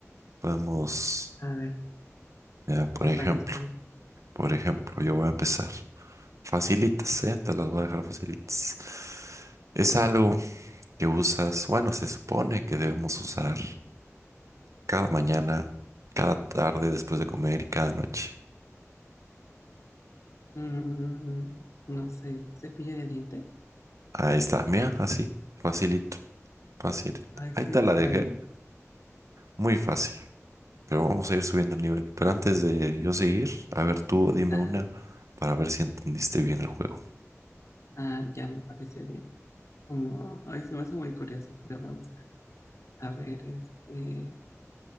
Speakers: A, on the right; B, on the left.
A: Podemos,
B: A ver,
A: eh, por
B: me
A: ejemplo,
B: parece bien.
A: por ejemplo, yo voy a empezar. Facilitas, ¿eh? Te las voy a dejar facilitas. Es algo que usas, bueno, se supone que debemos usar cada mañana, cada tarde después de comer y cada noche.
B: Mm, no sé, cepillo de diente.
A: Ahí está, mira, así, facilito, facilito.
B: Ay,
A: Ahí
B: qué
A: te
B: extraño.
A: la dejé, muy fácil. pero vamos a ir subiendo el nivel. Pero antes de yo seguir, a ver, tú dime
B: Ah,
A: una para ver si entendiste bien el juego.
B: ah, ya me parece bien. Como, ay, se me hace muy curioso, pero me gusta. A ver, este,